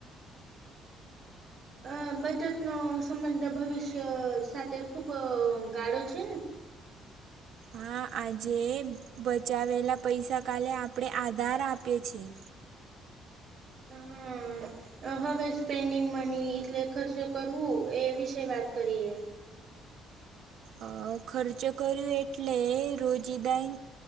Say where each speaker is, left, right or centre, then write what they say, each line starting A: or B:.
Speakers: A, on the right; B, on the right.
A: અ બચતનોો સંબંધ ભવિષ્ય સાથે ખુબ ગાળો છે ને. <inaudible>
B: હા આજે બચાવેલા પૈસા કાલે આપણે આધાર આપીએ છીએ.
A: હ હા. હવે સ્પેન્ડિંગ મની એટલે ખર્ચે કરવું એ વિશે વાત કરીએ.
B: અ ખર્ચ કર્યું એટલે રોજીિદાન